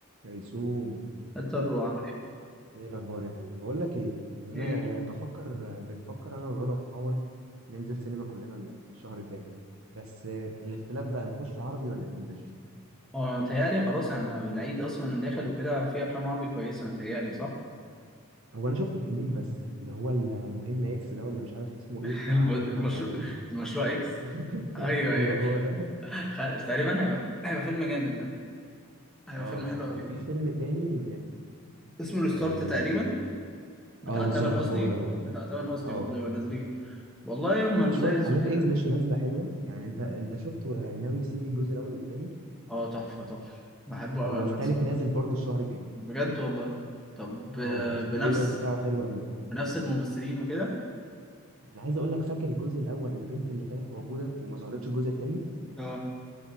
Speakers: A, on the right; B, in the centre.
A: ريسوم
B: اضطر وعمل ايه
A: ايه الاخبار يا حبيبي بقول لك ايه ان
B: ايه
A: انا بفكر بنفكر انا والواد عمر ننزل سينما كلنا الشهر الجاي بس الاختلاف بقى نخش عربي ولا انجليش
B: اه متهيألي خلاص احنا العيد اصلا داخل وكده في افلام عربي كويسه متهيألي صح
A: هو انا شفت فيلمين بس اللي هو المهم اكس ده ولا مش عارف اسمه
B: <laughs>
A: ايه بتاع
B: الم-
A: كريم
B: المشروع
A: عبد العزيز
B: المشروع اكس
A: <laughs>
B: ايوه
A: ايوه
B: ايوه
A: هو ده
B: خ- تقريبا هيبقى هيبقى فيلم جامد ده هيبقى
A: اه
B: فيلم حلو قوي
A: وفي فيلم تاني
B: اسمه ريستارت
A: اه,
B: تقريبا بتاع
A: آه بالظبط
B: تامر حسني
A: هو ده اه
B: بتاع تامر حسني
A: اه
B: برضه يبقى نازلين والله يوم
A: وفي
B: لذيذ
A: شويه حاجات
B: وكده
A: انجليش نازله حلوه يعني انت انت شفت آه، ناوي سيمي الجزء الاول والتاني
B: اه تحفه تحفه بحبه قوي
A: هو
B: عامه
A: التالت نازل برضه الشهر الجاي
B: بجد والله طب
A: اه
B: آه،
A: التريلر
B: بنفس
A: بتاعه حلو قوي
B: بنفس الممثلين وكده
A: انا عايز اقول لك فاكر الجزء الاول البنت اللي كانت موجوده وما ظهرتش الجزء الثاني
B: اه